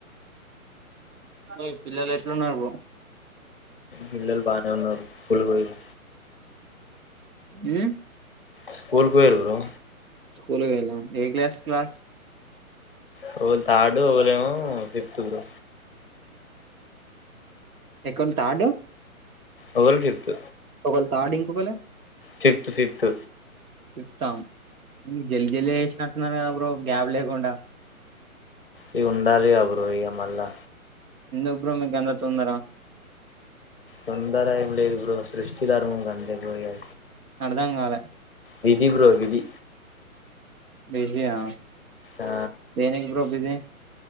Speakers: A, on the right; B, on the left.
A: మీ పిల్లలు ఎట్లు ఉన్నారు బ్రో
B: పిల్లలు బానే ఉన్నారు స్కూల్ పోయిరు
A: అ
B: స్కూల్ కి పోయిర్రు బ్రో
A: స్కూల్ పోయిల్లా ఏ క్లాస్ క్లాస్
B: ఒకలు థర్డ్ ఒకలే ఏమో ఫిఫ్త్ బ్రో
A: సెకండ్ థర్డ్
B: ఒకలు ఫిఫ్త్
A: ఒకలు థర్డ్ ఇంకొకలు
B: ఫిఫ్త్ ఫిఫ్త్
A: ఫిఫ్త్ ఆ ఉ జల్ది జల్ది చేసినట్టున్నారు కదా బ్రో గ్యాప్ లేకుండా
B: ఈ ఉండాలి గా బ్రో ఇగ మల్లా
A: ఎందుకు బ్రో నీకు అంత తొందర
B: తొందర ఏమి లేదు బ్రో సృష్టిధర్మం గంతే బ్రో ఇగ
A: అర్దం గాలే
B: విధి బ్రో విధి
A: బిజీ ఆ
B: ఆ
A: దేనికి బ్రో బిజి